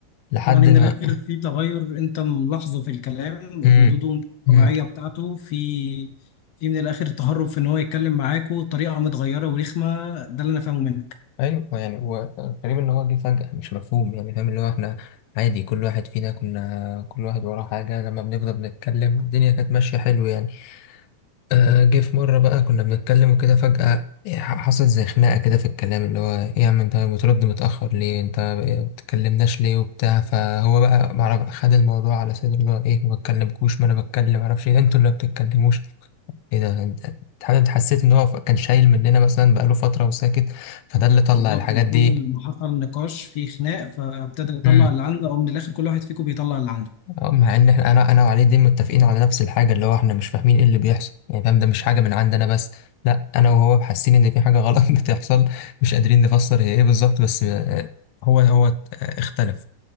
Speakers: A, on the left; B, on the left.
A: لحد
B: يعني من
A: ما
B: الآخر في تغير أنت ملاحظه في الكلام
A: امم
B: ردوده
A: امم
B: الطبيعية بتاعته في في من الآخر تهرب في إن هو يتكلم معاكوا بطريقة متغيرة ورخمة ده اللي أنا فاهمه منك
A: ايوه يعني هو غريب ان هو جه فجأة مش مفهوم يعني فاهم اللي هو احنا عادي كل واحد فينا كنا كل واحد وراه حاجة لما بنفضل بنتكلم الدنيا كانت ماشية حلو يعني آه، جه في مرة بقى كنا بنتكلم وكده فجأة حصل زي خناقة كده في الكلام اللي هو إيه يا عم أنت بترد متأخر ليه أنت بتكلمناش ليه وبتاع فهو بقى معرف خد الموضوع على صدره اللي هو إيه ما بتكلمكوش ما أنا بتكلم معرفش إيه ده أنتوا اللي ما بتتكلموش إيه ده أنت أنت أنت حسيت إن هو كان شايل مننا مثلا بقاله فترة وساكت فده اللي طلع
B: بالظبط
A: الحاجات
B: من أول
A: دي
B: ما حصل نقاش في خناق فابتدى يطلع
A: إمم.
B: اللي عنده أو من الآخر كل واحد فيكم بيطلع اللي عنده
A: اه مع ان احنا انا انا وعلي دي متفقين على نفس الحاجه اللي هو احنا مش فاهمين ايه اللي بيحصل يعني فاهم ده مش حاجه من عندنا بس لا انا وهو حاسين ان في حاجه غلط <laughs> بتحصل مش قادرين نفسر هي ايه بالظبط بس آه، هو هو آه، اختلف